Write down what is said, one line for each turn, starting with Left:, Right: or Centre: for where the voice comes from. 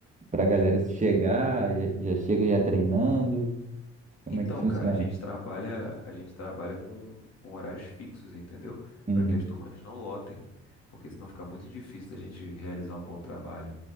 Right: pra galera chegar, já, já chega já treinando? Como
Left: Então,
Right: é que funciona?
Left: cara, a gente trabalha, a gente trabalha com, com horários fixos, entendeu?
Right: Uhum,
Left: Para que as turmas não lotem, porque senão fica muito difícil a gente realizar um bom trabalho.